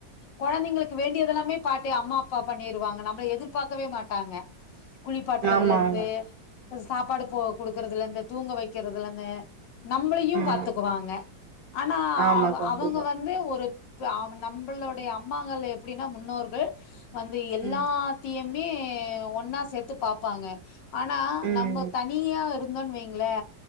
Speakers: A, on the left (about 70°); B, on the right (about 75°).
A: கொழந்தைங்களுக்கு வேண்டியது எல்லாமே பாட்டிய அம்மா அப்பா பண்ணிருவாங்க நம்மள எதிர்ப் பாக்கவே மாட்டாங்க குளிப்பாட்டுறதுலந்து
B: ஆமா ஆமா
A: சாப்பாடு போ குடுக்குறதுலந்து தூங்க வைக்கிறதுலந்து நம்பளியூ
B: ம்
A: பாத்துக்குவாங்க ஆனா
B: ஆமா
A: அவ
B: கண்டிப்பா
A: அவுங்க வந் வந்து ஒரு ஆ நம்பளுடைய அம்மாங்கள் எப்டின்னா முன்னோர்கள் வந்து எல்லாத்தியுமே
B: ம்
A: ஒன்னா சேத்து பாப்பாங்க ஆனா
B: ம்
A: நம்ப தனியா இருந்தோன்னு வைங்களே